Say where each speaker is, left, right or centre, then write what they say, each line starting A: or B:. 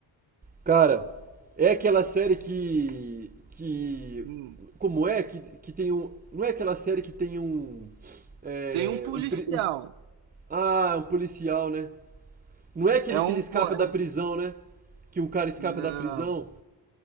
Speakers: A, on the right; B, on the right.
A: Cara, é aquela série que que
B: Hum.
A: como é que, que tem um, não é aquela série que tem um é,
B: Tem um policial.
A: um, pri- um- ah, um policial, né? Não é aquele
B: É um.
A: que ele escapa
B: po- é-
A: da prisão, né? Que um cara escapa
B: Não.
A: da prisão.